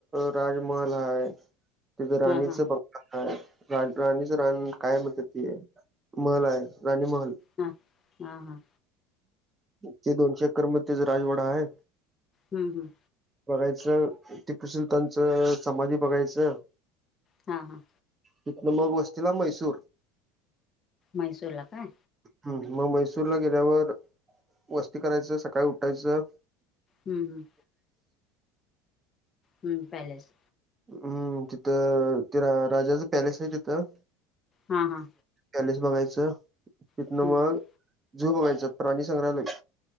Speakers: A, on the right; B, on the left.
A: राजमहल हा तथ राणीचं
B: हा हा
A: बघ रा राणीच रान काय म्हणत त महल आहे राणी महल
B: हा हा हां
A: ते दोनशे अककर मचा राजवाडा आहे
B: हम् हम्
A: बघायचं टीपशलताच समाधी बघायचं
B: हां हां
A: तिथ मग वस्तीला मैसूर
B: मैसूरला का
A: ह् मग मैसूरला गेल्यावर वस्ती करायचं सकाळी उठायचं.
B: हम् हम्. हम्म पॅलेस
A: हम्म तिथं तेि राजाच पॅलेस आहे तिथं.
B: हा हा.
A: पॅलेस बघायचं तिथनं
B: हम्म
A: मग
B: हम्म
A: झू बघायचं प्राणी संग्रहालय